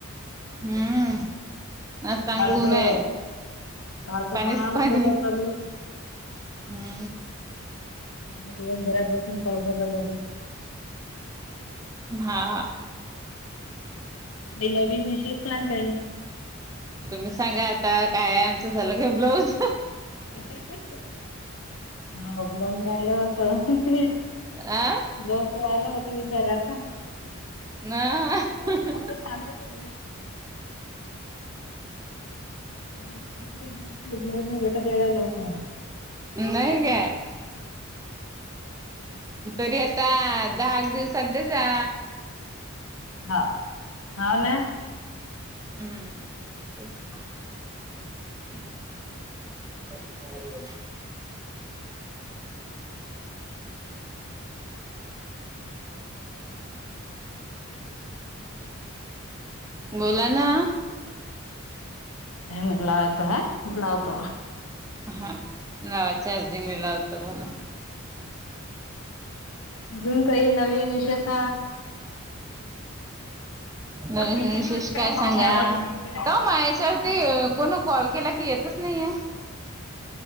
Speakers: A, on the right; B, on the left.
A: हम्म. म चांगलं
B: काल
A: ऊनय
B: तर काल तर
A: पानीस
B: पाऊस
A: पाणी.
B: होता चालू.
A: हा.
B: हा दिवसभरापासून पावसाचा झाल
A: हा.
B: म नवीन विशेश सांग काही.
A: तुम्ही सांगा आता काय आमचं झालं काय ब्लाऊज
B: <unintelligible> हाव ब्लाऊज राहिलं होत ते
A: आ
B: ब्लाज राहिलं होत वि कराचा
A: ना हम्म
B: ओ मस्त शांततेत भेट. <unintelligible>
A: नाही काय. तरी आता दहा एक दिवसध जा
B: हा हाव ना.
A: हम्म तेच. <unintelligible> <inaudible> <inaudible> बोला ना.
B: <unintelligible> लावायच ह लावतो.
A: हा लावा चार्जिंग <unintelligible>
B: अजून काही नवीन विशेष.
A: नवीन
B: बस काही
A: विशेष
B: गेली होती का
A: काय सांगा?
B: मग ह्या वर्षी फिरायला
A: का माहित याच्यावरती
B: हम्म.
A: कोण कॉल केला की येतच नाहीय.